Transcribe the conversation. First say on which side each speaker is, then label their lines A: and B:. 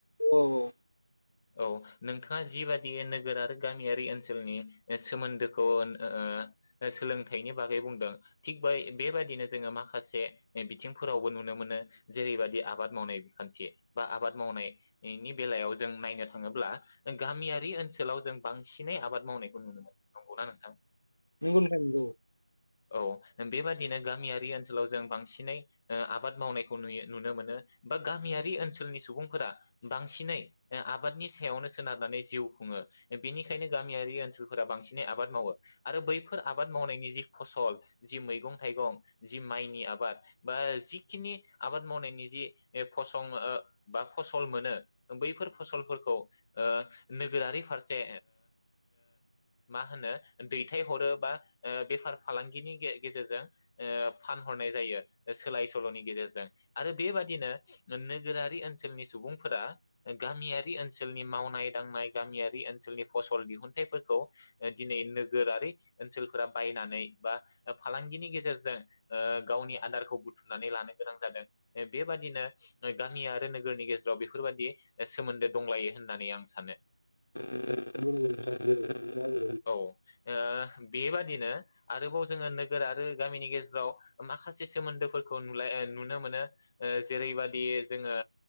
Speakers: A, on the left; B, on the left.
A: औ औ
B: औ नोंथाङा जिबादि नोगोर आरो गामियारि ओनसोलनि सोमोन्दोखौ ओ सोलोंथाइनि बागै बुंदों थिग बाय बेबायाददिनो जोङो माखासे बिथिंफोरावबो नुनो मोनो जेरैबायादि आबाद मावनाय बिखान्थि बा आबाद मावनायनि बेलायाव जों नायनो थाङोब्ला गामियारि ओनसोलाव जों बांसिनै आबाद मावनायखौ नुनो मोनो नंगौना नोंथां?
A: नंगौ नोंथां नंगौ
B: औ बेबादिनो गामिया बै ओनसोलाव जों बांसिनै ओ आबाद मावनायखौ नुयो नुनो मोनो बा गामियारि ओनसोलनि सुबुंफोरा बांसिनै ओ आबादनि सायावनो सोनारनानै जिउ खुङो बेनिखायनो गामियारि ओनसोलफोरा बांसिनै आबाद मावो आरो बैफोर आबाद मावनायनि जि फसल जि मैगं थाइगं जि माइनि आबाद बा जिखिनि आबाद मावनायनि जि फसं बा फसल मोनो बै फसलफोरखौ नोगोरारि फारसे मा होनो दैथायहरो बा बेफार फालांगिनि गेजेरजों फानहरनाय जायो सोलाय सोल'नि गेजेरजों आरो बेबादिनो नोगोरारि ओनसोलनि सुबुंफोरा गामियारि ओनसोलनि मावनाय-दांनाय गामियारि ओनसोलनि फसल दिहुनथाइफोरखौ दिनै नोगोरारि ओनसोलफोरा बायनानै बा फालांगिनि गेजेरजों ओ गावनि आदारखौ बुथुमनानै लानो गोनां जादों बेबादिनो गामि आरो नोगोरनि गेजेराव बेफोर बायदि। सोमोनदो दंलायो होननानै आं सानो
A: <unintelligible>
B: औ ओ बेबादिनो आरोबाव जोङो नोगोर आरो गामिनि गेजेराव माखासे सोमोनदोफोरखौ नुलाय नुनो मोनो जेरैबादि जोङो